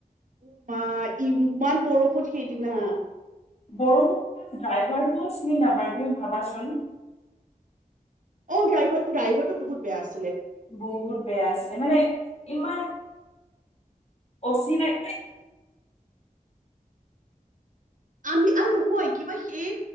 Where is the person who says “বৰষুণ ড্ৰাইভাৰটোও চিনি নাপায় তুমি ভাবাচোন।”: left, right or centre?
Left